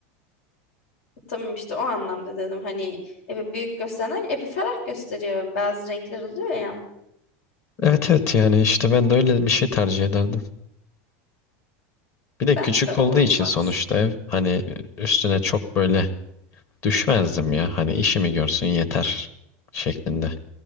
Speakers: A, on the left (about 85°); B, on the left (about 40°).
A: Tamam işte o anlamda dedim. Hani evi büyük gösteren evi ferah gösteriyor. Bazı renkler oluyor ya.
B: Evet evet yani işte ben de öyle bir şey tercih ederdim. Bir de
A: Ben
B: küçük
A: de
B: olduğu
A: o
B: için
A: tarz.
B: sonuçta ev hani üstüne çok böyle Düşmezdim ya. Hani işimi görsün yeter şeklinde.